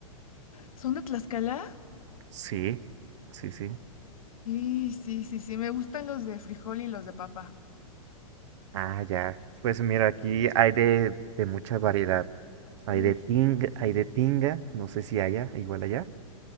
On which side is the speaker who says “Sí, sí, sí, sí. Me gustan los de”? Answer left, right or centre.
Left